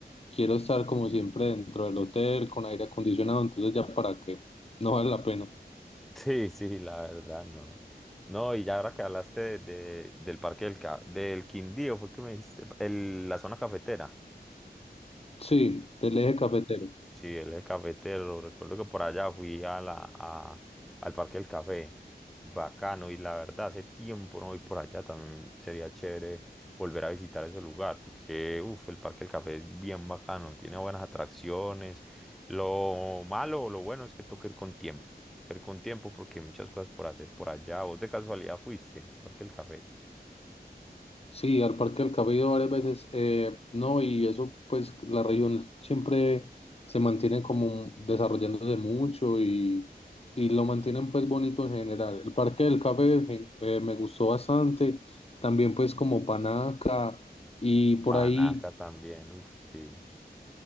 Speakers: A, on the left (about 35°); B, in the centre.
A: quiero estar como siempre dentro del hotel con aire acondicionado, entonces ya para qué, no vale la pena.
B: Sí, sí, la verdad, no. No, y ya ahora que hablaste de- de- del parque del, Ca- del Quindío, fue que me dijiste, el- la zona cafetera.
A: Sí, del eje cafetero.
B: Sí, él es cafetero. Recuerdo que por allá fui a la, a- al Parque del Café. Bacano. Y la verdad, hace tiempo no voy por allá. También sería chévere volver a visitar ese lugar. Porque, uff, el Parque del Café es bien bacano. Tiene buenas atracciones. Lo malo o lo bueno es que toca ir con tiempo. Toca ir con tiempo porque hay muchas cosas por hacer por allá. ¿Vos de casualidad fuiste al Parque del Café?
A: Sí, al Parque del Café he ido varias veces, eh, no, y eso pues la región siempre se mantiene como desarrollándose mucho y, y lo mantienen pues bonito en general. El Parque del Café gen- eh, me gustó bastante, también pues como Panaca y por
B: Panaca
A: ahí,
B: también, uff, sí.